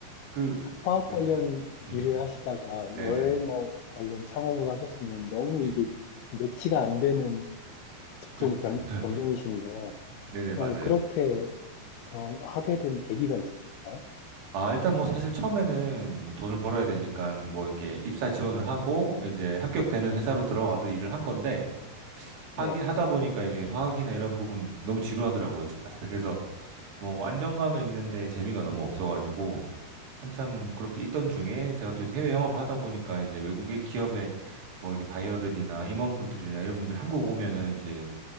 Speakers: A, on the right; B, on the left.
A: 그,
B: 화학
A: 그,
B: 관련
A: 음,
B: 일을 하시다가
A: 네네.
B: 여행업 관련 창업을 하셨으면 너무
A: 예.
B: 이게 그 매치가 안 되는 직종
A: 그,
B: 변,
A: <laughs>
B: 변경이신데,
A: 네네, 맞아요.
B: 어, 그렇게 어, 하게 된 계기가 있으실까요?
A: 아, 일단 뭐 사실 처음에는 돈을 벌어야 되니까 뭐 이렇게 입사 지원을 하고 이제 합격되는 회사로 들어가서 일을 한 건데
B: 네.
A: 하기 하다 보니까 이제 화학이나 이런 부분이 너무 지루하더라고요. 저한테는. 그래서 뭐 안정감은 있는데 재미가 너무 없어가지고 한참 그렇게 있던 중에 제가 또 이제 해외 영업을 하다 보니까 이제 외국의 기업의 뭐 이게 바이어들이나 임원분들이나 이런 분들이 한국 오면은 이제